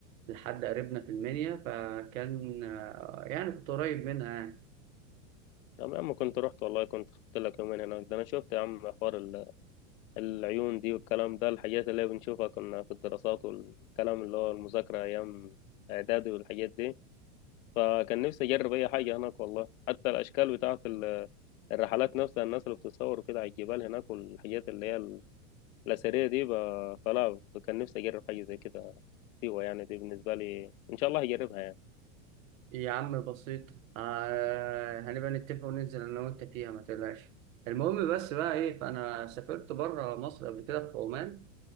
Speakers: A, on the right; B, on the left.
A: لحد قريبنا في المنيا فكان آه، يعني كنت قريب منها يعني
B: طب يا عم كنت رحت والله كنت خدت لك يومين هناك ده انا شفت يا عم حوار ال- العيون دي والكلام ده الحاجات اللي بنشوفها كنا في الدراسات والكلام اللي هو المذاكرة ايام اعدادي والحاجات دي فكان نفسي اجرب اي حاجة هناك والله حتى الاشكال بتاعة ال- الرحلات نفسها الناس اللي بتصور كده على الجبال هناك والحاجات اللي هي ال- الاثرية دي ب- فلا كان نفسي اجرب حاجة زي كده سيوة يعني دي بالنسبة لي ان شاء الله هجربها يعني
A: يا عم بسيط آه، هنبقى نتفق وننزل أنا وأنت فيها ما تقلقش المهم بس بقى إيه فأنا سافرت بره مصر قبل كده في عمان